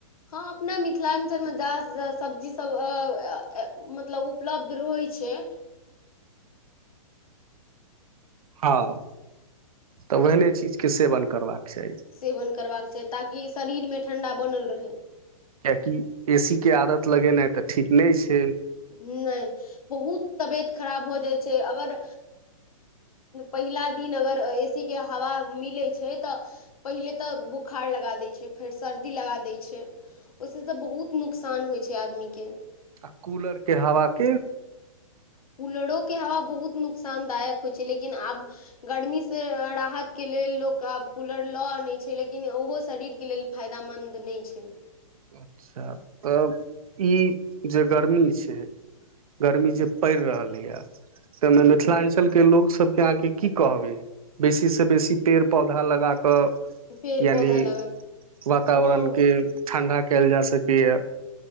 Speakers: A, on the left (about 85°); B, on the right (about 80°).
A: हँ अपना मिथिलाञ्चल मे ज्यादा सं ज्यादा सब्जी सब मतलब उपलब्ध रहैत छै
B: हँ तऽ ओहने चीजके सेवन करबाक चाही
A: सेवन करबाक चाही ताकि शरीरमे ठण्डा बनल रहय
B: कियकि एसी के आदत लगेनाइ तऽ ठीक नहि छै
A: नहि बहुत तबियत खराब हो जाइ छै अगर पहिला दिन अगर ए सी के हवा मिलै छै तऽ पहिले तऽ बुखार लगा दै छै फेर सर्दी लगा दै छै ओहिसँ तऽ बहुत नुकसान होइ छै आदमीके
B: आ कूलर के हवा के
A: <inaudible> कूलरो के हवा बहुत नुकसानदायक होइ छै लेकिन आब गर्मी से राहत के लेल लोक आब कूलर लऽ आनै छै लेकिन ओहो शरीरके लेल फायदामन्द नइ छै
B: अच्छा तऽ ई जे गर्मी छै
A: हूँ,
B: गर्मी जे पड़ि रहलैया ताहिमे मिथिलाञ्चलके
A: हूँ,
B: लोकसभ अहाँ के की कहबे बेसी से बेसी पेड़ पौधा लगा तऽ
A: पेड़
B: यानि
A: पौधा लगा
B: वातावरण
A: हँ हँ
B: के ठण्डा कयल जा सकैए